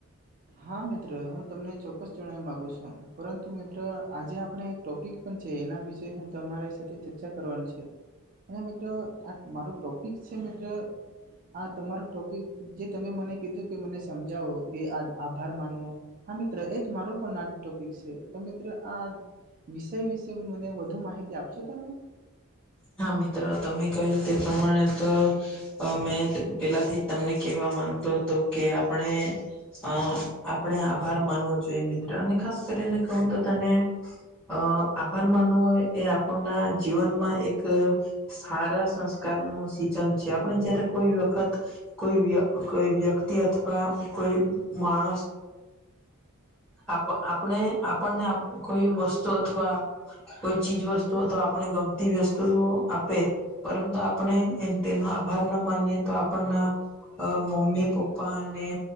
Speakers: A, on the right (about 40°); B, in the centre.
A: હા મિત્ર હું તમને ચોક્કસ જણાવવા માગુ છું પરંતુ મિત્ર આજે આપણે એક ટોપિક પણ છે એના વિશેે હું તમારી સાથે ચ વિચાર કરવાનું છે અને મિત્રો આ મારો ટોપિક છે મિત્ર આ તમારો ટોપિક જે તમે મને કીધું કે મને સમજાવો કે આ આભાર માનો હા મિત્ર એજ મારો પણ ટોપિક છે તો મિત્ર આ વિષય વિશે મને વધુ માહિતી આપશો તમે.
B: હા મિત્ર તમે કહ્યું તે પ્રમાણે તો અ મેં પેલાથી તમને કહેવા માંગતો હતો કે આપણે અ આપણે આભાર માનવો જોઈએ મિત્ર અને ખાસ કરીને કહું તો તને અ આભાર માનવોય એ આપણના જીવનમાં એક એક સારા સંસ્કાર નું સિંચન છે આપણે જયારે કોઈ વખત કોઈ વ્ય કોઈ વ્યક્તિ અથવા કોઈ માણસ આપ આપણે આપ આપણને કોઈ વસ્તુ અથવા કોઈ ચીજ વસ્તુ અથવા આપણે ગમતી વસ્તુ તુઓ આપે પરંતુ આપણે તેનો આભાર ના માનીએ તો આપણના અ મમ્મી પપ્પા અને